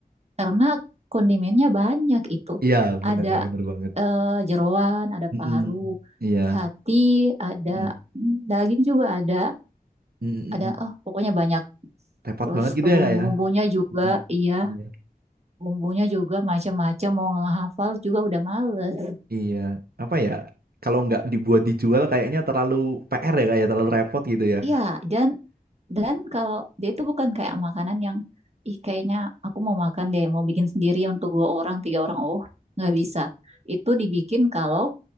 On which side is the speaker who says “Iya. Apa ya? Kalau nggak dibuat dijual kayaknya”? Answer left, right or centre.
Right